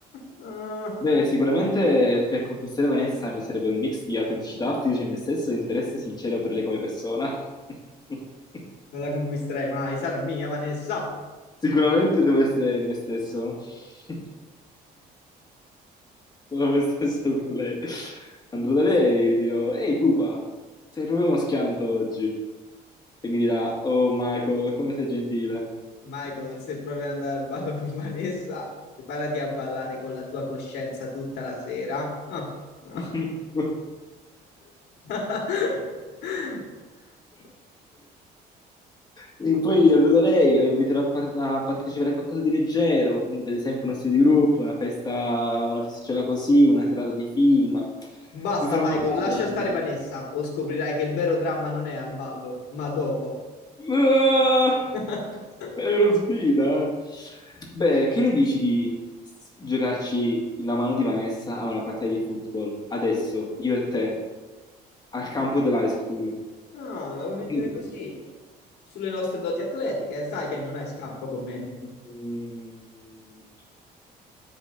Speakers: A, on the left (about 80°); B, on the left (about 25°).
A: Ah, ah, ah.
B: Beh, sicuramente per conquistare Vanessa mi serve un mix di autenticità, fiducia in me stesso e interesse sincero per lei come persona. <laughs>
A: Non la conquisterai mai, sarà mia, Vanessa.
B: Sicuramente devo essere me stesso. <laughs> Sono me stesso con lei. Andrò da lei e dirò: Ehi, pupa, sei proprio uno schianto oggi. E mi dirà: Oh, Michael, come sei gentile.
A: Michael, se proprio andare al ballo con Vanessa, preparati a ballare con la tua coscienza tutta la sera. Ah, ah.
B: <laughs>
A: <laughs>
B: E poi andrò da lei, la inviterò a, par- a partecipare a qualcosa di leggero, quindi per esempio uno studio di gruppo, una festa, una festicciola così, una serata di film.
A: Basta,
B: Mi farò
A: Michael,
B: notare.
A: lascia stare Vanessa o scoprirai che il vero dramma non è al ballo, ma dopo.
B: Ah,
A: <laughs>
B: è una sfida. eh. Beh, che ne dici di s- giocarci la mano di Vanessa a una partita di football? Adesso, io e te, al campo dell'high school.
A: Ah, la vuoi mettere
B: Che ne
A: così?
B: dici?
A: Sulle nostre doti atletiche, sai che non hai scampo con
B: <laughs>
A: me.
B: Mm.